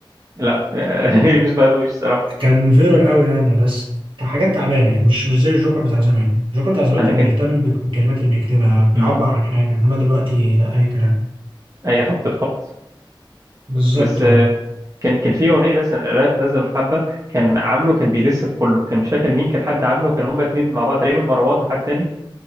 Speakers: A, on the right; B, on the right.
A: لا <laughs> مفيش بعدوش الصراحه
B: كان فيرال قوي يعني بس كان حاجات تعبانة يعني مش مش زي الجوكر بتاع زمان الجوكر بتاع زمان
A: انا
B: كان
A: كان
B: بيهتم بك- بالكلمات اللي بيكتبها بيعبر
A: امم
B: عن حاجة انما دلوقتي لا اي كلام
A: اي خبط في خبط
B: بالظبط
A: بس
B: اه
A: آه، كان كان في اغنيه لسه آه، راب نازله من حبه كان عامله كان بيدس في كله كان مش فاكر مين كان حد عامله كان هما اتنين مع بعض تقريبا مروان وحد تاني